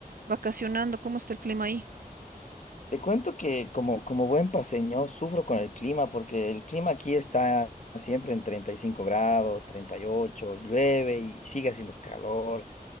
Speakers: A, on the right; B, on the left.
A: vacacionando, ¿cómo está el clima ahí?
B: Te cuento que como, como buen paseño sufro con el clima porque el clima aquí está siempre en 35 grados, 38, llueve y sigue haciendo calor.